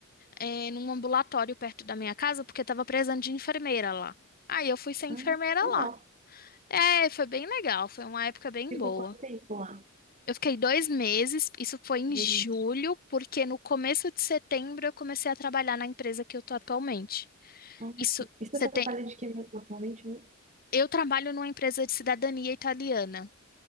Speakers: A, on the left; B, on the right.
A: eh, num ambulatório perto da minha casa, porque estava precisando de enfermeira lá. Aí eu fui ser enfermeira
B: Ah, legal.
A: lá. É, foi bem legal, foi uma época bem
B: Ficou
A: boa.
B: quanto tempo lá?
A: Eu fiquei dois meses, isso foi em
B: Dois-
A: julho,
B: meses.
A: porque no começo de setembro eu comecei a trabalhar na empresa que eu tô atualmente.
B: Ah,
A: Isso,
B: sim. E você
A: você
B: trabalha
A: tem.
B: de que mesmo atualmente mesmo?
A: Eu trabalho numa empresa de cidadania italiana.